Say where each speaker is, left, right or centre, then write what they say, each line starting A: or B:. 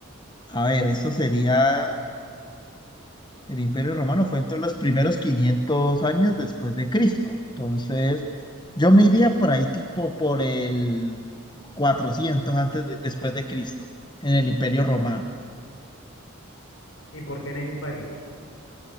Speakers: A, on the left (about 20°); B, on the left (about 70°).
A: A ver, eso sería, el Imperio Romano fue entre los primeros 500 años después de Cristo. Entonces, yo me iría por ahí tipo por el 400 antes de- después de Cristo, en el Imperio Romano.
B: ¿y por qué en eje impario?